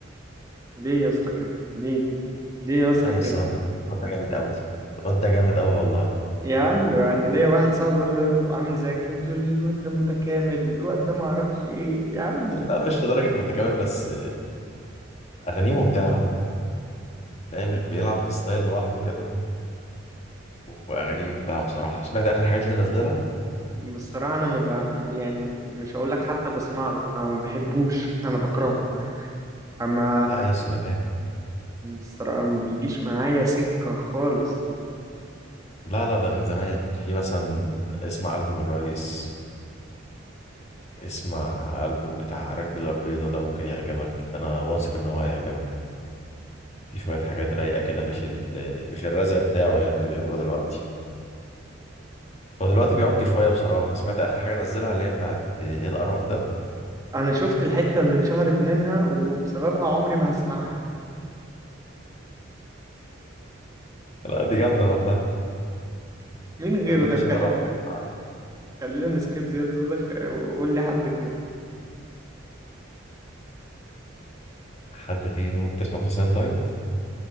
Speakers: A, on the right (about 20°); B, on the left (about 35°).
A: ليه يا اسطى كده؟ ليه؟ ليه يا اسطى
B: اه يا
A: كده؟
B: اسطى الواد الواد ده جامد قوي الواد ده جامد قوي والله
A: يا عم أنا ليا واحد صاحبي برضه عامل زيك كده وتقول لي الواد ده متكامل الواد ده معرفش إيه يا عم
B: لا مش لدرجه متكامل بس اغانيه ممتعه فاهم بيلعب في ستايل لوحده كده واغانيه ممتعه بصراحه سمعت اخر حاجات اللي نزلها
A: بصراحة أنا ما ب... يعني مش هقول لك حتى بسمع له أنا ما بحبوش أنا بكرهه أما
B: لا يا اسطى ده جامد
A: بصراحة ما بيجيش معايا سكة خالص
B: لا لا ده من زمان في مثلا اسمع ألبوم الريس اسمع ألبوم بتاع رانجلر بيضة ده ممكن يعجبك ده أنا واثق إن هو هيعجبك في شوية حاجات رايقة كده مش ال مش الرزع بتاعه يعني اللي بيعمله دلوقتي هو دلوقتي بيعك شوية بصراحة سمعت آخر حاجة نزلها اللي هي بتاعت إيه القرف ده
A: أنا شفت الحتة اللي اتشهرت منها وبسببها عمري ما هسمعها
B: لا دي جامدة والله
A: <laughs> مين غيره
B: بحب
A: طيب
B: أشغلها
A: خلي...
B: وأتفرج عليها
A: خلينا نسكيب زياد زوزخ وقول لي حد غيره
B: حد غيره بتسمع موسى سام طيب؟